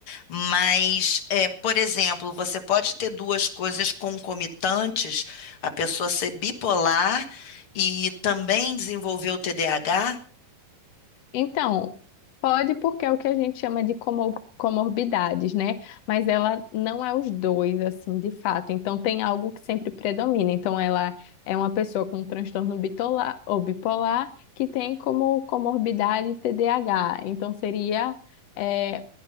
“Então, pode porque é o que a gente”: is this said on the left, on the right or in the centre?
Left